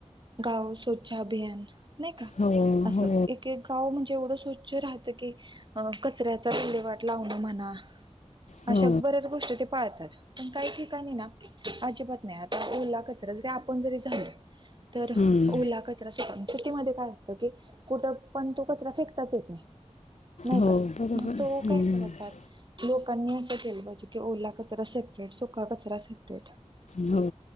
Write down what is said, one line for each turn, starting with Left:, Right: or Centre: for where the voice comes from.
Right: गाव स्वच्छ अभियान नाही का
Left: हो
Right: असं
Left: हो
Right: एक एक का म्हणजे एवढं स्वच्छ राहतं की कचऱ्याचा विल्लेवाट लावण म्हणा
Left: हो
Right: अशा बऱ्याच गोष्टी ते पाळतात पण काही ठिकाणी ना अजिबात नाही आता ओला कचरा जरी आपण जरी झालो तर
Left: हम्म
Right: ओला कचरा सु सिटीमध्ये काय असतं की कुठं पण तो कचरा फेकताच येत नाही नाही
Left: हो
Right: का?
Left: बरोबर
Right: मग तो
Left: हम्म
Right: काय करतात. लोकांनी असं केलं पाहिजे की ओला कचरा सेपरेट सुका कचरा सेपरेट
Left: हो.